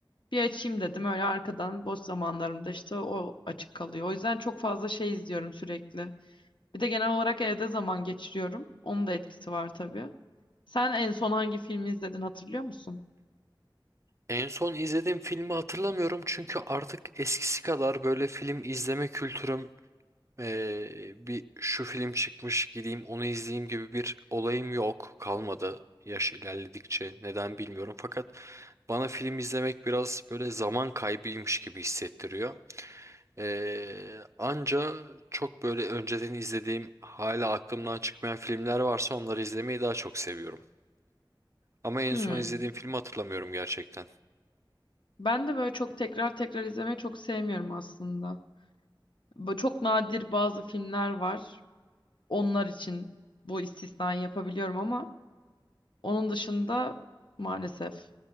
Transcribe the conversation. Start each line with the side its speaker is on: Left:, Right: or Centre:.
Left: bir açayım dedim öyle arkadan boş zamanlarımda işte o açık kalıyor. O yüzden çok fazla şey izliyorum sürekli. Bir de genel olarak evde zaman geçiriyorum. Onun da etkisi var tabii. Sen en son hangi filmi izledin hatırlıyor musun?
Right: En son izlediğim filmi hatırlamıyorum çünkü artık eskisi kadar böyle film izleme kültürüm Ee, bir şu film çıkmış gideyim onu izleyeyim gibi bir olayım yok kalmadı yaş ilerledikçe neden bilmiyorum fakat bana film izlemek biraz böyle zaman kaybıymış gibi hissettiriyor. Ee, anca çok böyle önceden izlediğim hala aklımdan çıkmayan filmler varsa onları izlemeyi daha çok seviyorum. Ama en
Left: Hmm.
Right: son izlediğim filmi hatırlamıyorum gerçekten.
Left: Ben de böyle çok tekrar tekrar izlemeyi çok sevmiyorum aslında. Böyle çok nadir bazı filmler var. Onlar için bu istisnayı yapabiliyorum ama onun dışında maalesef.